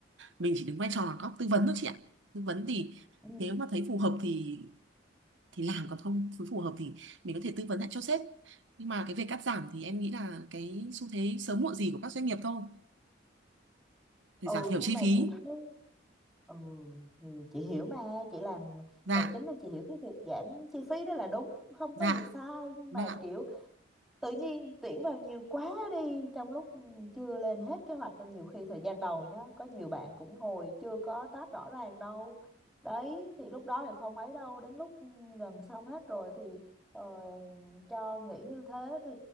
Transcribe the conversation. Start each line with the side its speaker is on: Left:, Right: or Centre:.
Right: mình chỉ đứng vai trò là có tư vấn thôi chị ạ tư vấn thì
Centre: Ừ.
Right: nếu mà thấy phù hợp thì thì làm còn không phù phù hợp thì mình có thể tư vấn lại cho sếp nhưng mà cái việc cắt giảm thì em nghĩ là cái xu thế sớm muộn gì của các doanh nghiệp thôi để
Centre: ừ
Right: giảm thiểu
Centre: nhưng
Right: chi
Centre: mà
Right: phí
Centre: chị thấy ừ thì chị hiểu mà chị làm
Right: dạ
Centre: tài chính nên chị hiểu cái việc giảm chi phí đó là đúng không
Right: dạ
Centre: có gì sai nhưng
Right: vâng
Centre: mà
Right: ạ
Centre: kiểu tự nhiên tuyển vào nhiều quá đi trong lúc chưa lên hết kế hoạch nên nhiều khi thời gian đầu nhá có nhiều bạn cũng ngồi chưa có tách rõ ràng đâu đấy thì lúc đó thì không ấy đâu đến lúc ừ, gần xong hết rồi thì ờ, cho nghỉ như thế thì